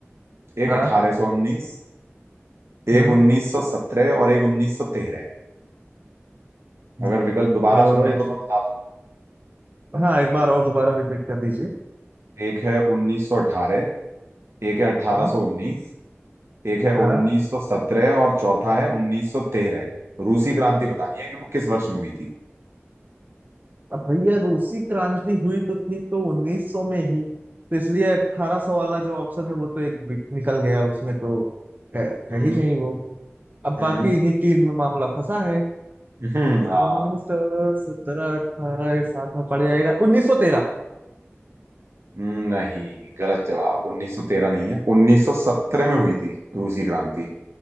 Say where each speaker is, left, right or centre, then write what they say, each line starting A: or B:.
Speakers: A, on the right; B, on the right.
A: एक
B: हाँ
A: 1819 एक
B: हम्म
A: 1917 और एक 1913
B: हम्म,
A: अगर विकल्प
B: तो
A: दोबारा सुनने हैं
B: इस-
A: तो मैं बता
B: हाँ एक बार और दोबारा रिपीट कर दीजिए
A: दूं एक है 1918 एक है 1819
B: हम्म,
A: एक है
B: हाँ
A: 1917 और चौथा है 1913 रूसी क्रांति बतानी है कि वो किस वर्ष में हुई थी
B: अब भैया रूसी क्रांति हुई तो थी तो 1900 में ही तो इसलिए 1800 वाला जो ऑप्शन है वो तो एक बि- निकल गया उसमें तो है
A: हम्म
B: है ही नहीं वो अब
A: हम्म
B: बाकी इन्हीं तीन में मामला फंसा है
A: हम्म, हाँ
B: हम्म, तो सत्रह अठारह सात में पड़ जाएगा उन्नीस सौ तेरह
A: हम्म, नहीं गलत जवाब 1913 नहीं है 1917 में हुई थी रूसी क्रांति